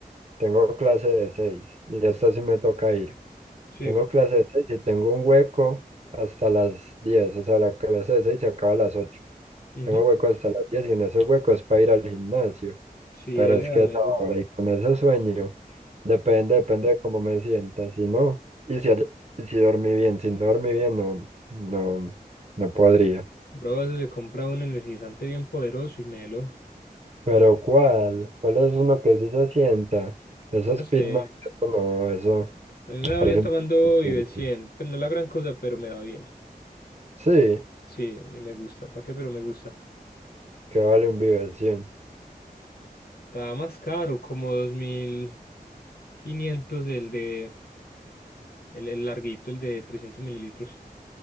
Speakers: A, on the right; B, on the left.
A: tengo clase de seis y hasta sí me toca ir.
B: Sí,
A: Tengo clase de seis y tengo un hueco hasta las diez o sea, la clase de seis se acaba a las ocho
B: ujú,
A: Tengo hueco hasta las 10 y en ese hueco es para ir al gimnasio.
B: Sí,
A: Pero
B: ahí le
A: es
B: da
A: que
B: melo.
A: hasta ahora y con ese sueño, depende, depende de cómo me sienta. Si no, y si, hay- y si dormí bien, si no dormí bien, no, no, no podría.
B: Bro, eso se compra un energizante bien poderoso y melo.
A: Pero ¿cuál? ¿Cuál es uno que sí se sienta? Eso
B: Yo no
A: es
B: sé.
A: pitman, eso no, eso
B: A mí me va
A: parece
B: bien
A: un...
B: tomando Vive
A: chuchi.
B: 100. Pues no es la gran cosa, pero me va bien.
A: Sí,
B: Sí, y me gusta. ¿Para qué? Pero me gusta.
A: que vale un Vive 100.
B: Estaba más caro, como dos mil quinientos el de... El, el larguito, el de 300 mililitros.